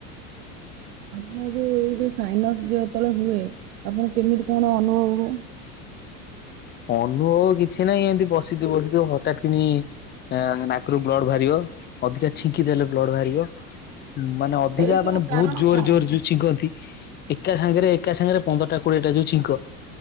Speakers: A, on the right; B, on the left.
A: ଆପଣ ଯୋଉ ଏଇ ଯୋଉ ସାଇନସ୍ ଯେତେବେଳେ ହୁଏ ଆପଣ କେମିତି କଣ ଅନୁଭବ ହୁଏ?
B: ଅନୁଭବ କିଛି ନାହିଁ। ଏମିତି ବସିଥିବ ବସିଥିବ ହଠାତ୍ କିନି ଆଁ ନାକରୁ ବ୍ଲଡ ବାହାରିବ ଅଧିକା ଛିଙ୍କି ଦେଲେ ବ୍ଲଡ ବାହାରିବ। ଉଁ ମାନେ ଅଧିକା
A: ଏଇ ସବୁ
B: ମାନେ
A: କାରଣ
B: ବହୁତ୍ ଜୋରେ
A: କଣ?
B: ଜୋରେ ଯୋ ଛିଙ୍କନ୍ତି ଏକା ସାଙ୍ଗରେ ଏକା ସାଙ୍ଗରେ ପନ୍ଦରଟା କୋଡିଏ ଟା ଯୋଉ ଛିଙ୍କ।